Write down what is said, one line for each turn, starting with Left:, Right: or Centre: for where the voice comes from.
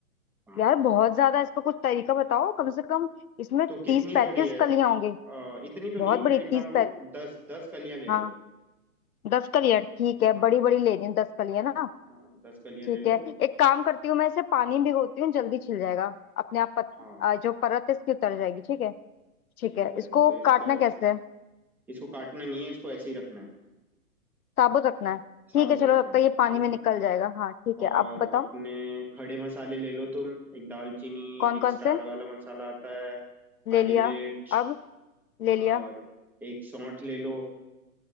Centre: हाँ
Left: यार बहुत ज्यादा है, इसका कुछ तरीका बताओ कम से कम इसमें
Centre: तो
Left: तीस
Centre: कितनी
Left: पैंतीस
Centre: बड़ी है
Left: कलियां होंगी
Centre: आ, इतनी तो
Left: बहुत
Centre: नहीं
Left: बड़ी
Centre: फिर
Left: तीस
Centre: एक काम करो
Left: पैंत
Centre: दस दस कलियां ले
Left: हाँ
Centre: लो
Left: दस कलियां ठीक है
Centre: हाँ
Left: बड़ी बड़ी ले रही हूँ दस कलियां ना
Centre: हाँ, दस कलियां
Left: ठीक
Centre: ले लो
Left: है एक काम करती हूँ मैं इसे पानी में भिगोती हूँ जल्दी छिल जाएगा अपने आप पत,
Centre: हाँ
Left: आ, जो परत है इसकी उतर जाएगी ठीक है ठीक
Centre: ठीक
Left: है
Centre: है
Left: इसको
Centre: तो इसका
Left: काटना कैसे है
Centre: इसको काटना नहीं है इसको ऐसे ही रखना है
Left: साबुत रखना है
Centre: साबुत
Left: ठीक है चलो
Centre: रखना
Left: तब तक
Centre: है है
Left: ये पानी
Centre: ना
Left: में निकल जाएगा हाँ ठीक
Centre: और
Left: है अब बताओ
Centre: अपने खड़े मसाले ले लो तुम एक दालचीनी
Left: कौन
Centre: एक
Left: कौन
Centre: स्टार
Left: से
Centre: वाला मसाला आता है काली
Left: ले लिया
Centre: मिर्च
Left: अब ले लिया
Centre: और एक सौंठ ले लो